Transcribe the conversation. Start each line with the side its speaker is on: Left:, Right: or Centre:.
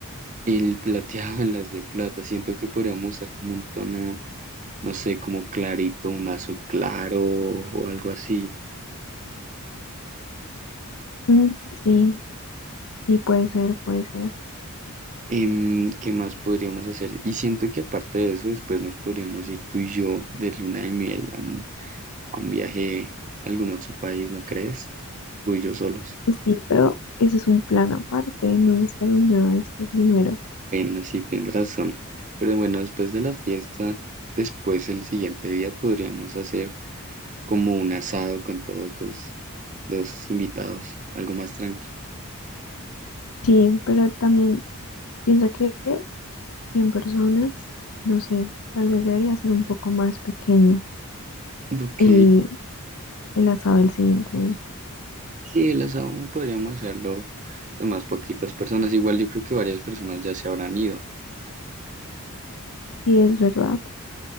Right: El plateado <laughs> en las de plata. Siento que podríamos usar como un tono, no sé, como clarito, un azul claro o algo así.
Left: Mm, sí, sí, puede ser, puede ser.
Right: Em, ¿qué más podríamos hacer? Y siento que aparte de eso, después nos podríamos ir tú y yo de luna de miel a un a un viaje a algún otro país, ¿no crees? Tú y yo solos.
Left: Pues Sí, pero eso es un plan aparte, no hemos terminado este primero.
Right: Bueno, sí, tienes razón. Pero bueno, después de la fiesta, después el siguiente día podríamos hacer como un asado con todos los, los invitados, algo más tranquilo.
Left: Sí, pero también piensa que 100 personas, no sé, tal vez debería ser un poco más pequeño
Right: Ok,
Left: el, el asado del siguiente día.
Right: sí, el asado podríamos hacerlo de más poquitas personas. Igual yo creo que varias personas ya se habrán ido.
Left: Sí, es verdad.